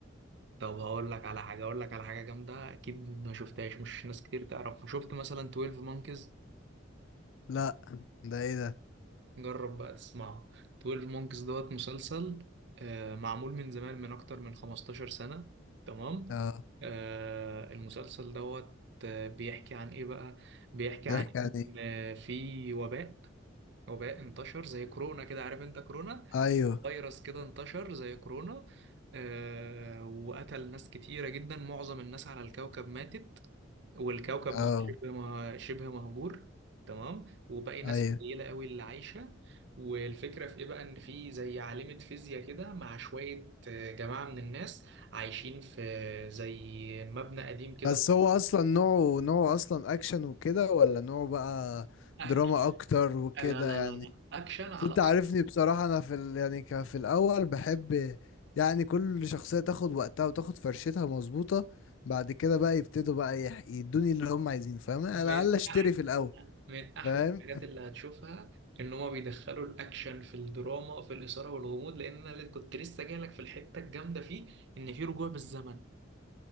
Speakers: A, on the right; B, on the left.
A: طب هقول لك على حاجة اقول لك على حاجة جامدة اكيد ما شفتهاش مش ناس كتير تعرفها شفت مثلا 12 مونكيز
B: لا ده ايه ده
A: جرب بقى تسمعه 12 مونكيز دوت مسلسل آه، معمول من زمان من اكتر من 15 سنة تمام
B: اه
A: آه، المسلسل دوت آه، بيحكي عن ايه بقى بيحكي عن
B: يحكي عن ايه
A: ان آه، في وباء وباء انتشر زي كورونا كده عارف انت كورونا
B: ايوه
A: فيروس كده انتشر زي كورونا آه، وقتل ناس كتيرة جدا معظم الناس على الكوكب ماتت والكوكب
B: اه
A: بقى شبه مه- شبه مهجور تمام وباقي ناس
B: ايوه
A: قليلة قوي اللي عايشة والفكرة في ايه بقى ان في زي عالمة فيزياء كده مع شوية آه، جماعة من الناس عايشين في زي مبنى قديم كده
B: بس هو اصلا نوعه نوعه اصلا اكشن وكده ولا نوعه بقى
A: أك...
B: دراما اكتر وكده
A: لا لا
B: يعني
A: لا لا اكشن على
B: بس انت
A: أصل
B: عارفني بصراحة انا في ال... يعني ك- في الاول بحب يعني كل شخصية تاخد وقتها وتاخد فرشتها مظبوطة بعد كده بقى يبتدوا بقى يح- يدوني اللي هم عايزينه فاهم على
A: من
B: الاقل اشتري
A: احلى
B: في الاول
A: من احلى
B: فاهم
A: الحاجات اللي هتشوفها ان هما بيدخلوا الاكشن في الدراما في الاثاره والغموض لان انا كنت لسه جاي لك في الحته الجامده فيه ان في رجوع بالزمن